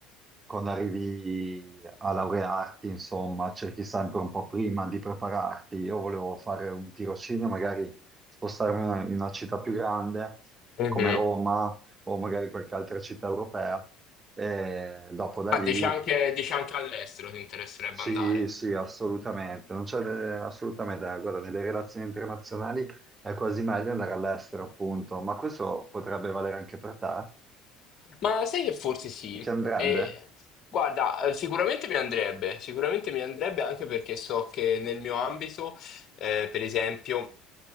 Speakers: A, on the right; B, on the left.
A: quando arrivi a laurearti, insomma, cerchi sempre un po' prima di prepararti. Io volevo fare un tirocinio, magari spostarmi in una città più grande
B: Mhm.
A: come Roma o magari qualche altra città europea. E dopo da
B: Ah,
A: lì
B: dici anche, dici anche all'estero ti interesserebbe
A: sì,
B: andare?
A: sì, assolutamente, non c'è eh, assolutamente, eh, guarda, nelle relazioni internazionali è quasi meglio andare all'estero, appunto, ma questo potrebbe valere anche per te?
B: Ma sai che forse sì?
A: Ti andrebbe?
B: Eh, guarda, eh, sicuramente mi andrebbe, sicuramente mi andrebbe anche perché so che nel mio ambito, eh, per esempio,